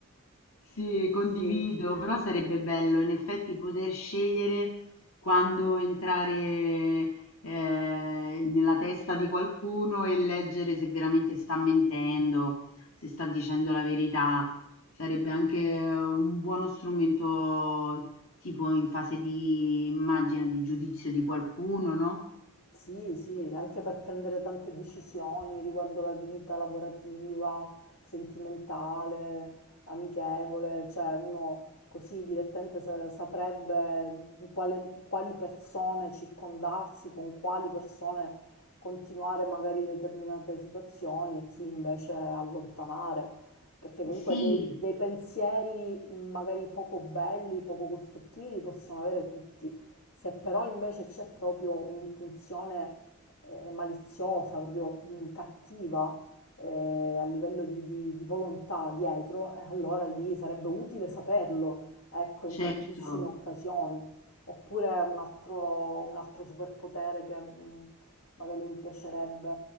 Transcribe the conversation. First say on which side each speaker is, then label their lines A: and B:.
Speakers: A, on the left; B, on the left.
A: Sì,
B: <laughs> Quindi...
A: condivido, però sarebbe bello in effetti poter scegliere quando entrare eh, nella testa di qualcuno e leggere se veramente sta mentendo, se sta dicendo la verità. Sarebbe anche un buono strumento tipo in fase di, immagina, di giudizio di qualcuno, no?
B: Sì, sì, anche per prendere tante decisioni riguardo la vita lavorativa, sentimentale, amichevole, cioè uno così direttamente sa- saprebbe di quale- di quali persone circondarsi, con quali persone continuare magari determinate situazioni e chi invece allontanare, perché comunque
A: Sì,
B: dei, dei pensieri mh, magari poco belli, poco costruttivi li possiamo avere tutti. Se però invece c'è proprio un'intenzione eh, maliziosa, proprio mh, cattiva eh, a livello di, di- di volontà dietro, eh, allora lì sarebbe utile saperlo, ecco, in
A: certo.
B: tantissime occasioni. Oppure un altro, un altro superpotere che mh, magari mi piacerebbe